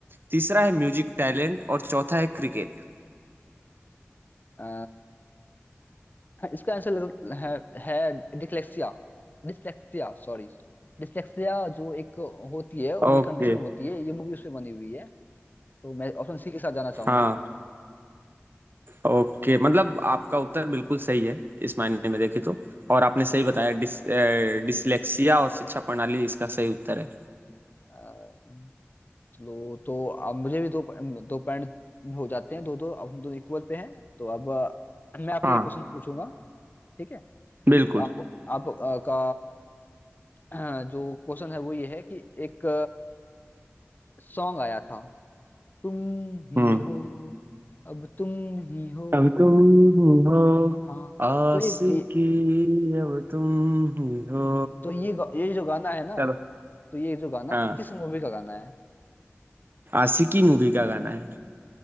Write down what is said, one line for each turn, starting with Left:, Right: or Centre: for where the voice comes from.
Right: तीसरा है म्यूजिक टैलेंट और चौथा है क्रिकेट
Left: अ, हाँ, इसका आंसर है, है डिसलेक्सिया डिसलेक्सिया सॉरी डिसलेक्सिया जो एक होती है जो
Right: ओके
Left: एक कंडीशन होती है ये मूवी उसमें बनी हुई है तो मैं ऑप्शन सी के साथ जाना चाहूंगा
Right: हाँ ओके मतलब आपका उत्तर बिल्कुल सही है इस मायने में देखें तो और आपने सही बताया डिस, अ, डिसलेक्सिया और शिक्षा प्रणाली इसका सही उत्तर है
Left: अ, चलो तो अब मुझे भी दो दो पॉइंट हो जाते हैं दो दो अब हम दोनों इक्वल पे हैं तो अब अ, मैं आपसे
Right: हाँ
Left: एक क्वेश्चन पूछूंगा ठीक है
Right: बिल्कुल
Left: तो आप आप अ, का अ, जो क्वेश्चन है वो ये है कि एक सॉन्ग आया था तुम ही
Right: हम्म
Left: हो अब तुम ही हो
Right: अब तुम हो
Left: हाँ
Right: आशिकी
Left: तो ये ये
Right: अब तुम ही हो
Left: हम्म, तो ये गा- ये जो गाना है ना
Right: चलो
Left: तो ये जो गाना
Right: हाँ
Left: किस मूवी का गाना है
Right: आशिकी मूवी का गाना है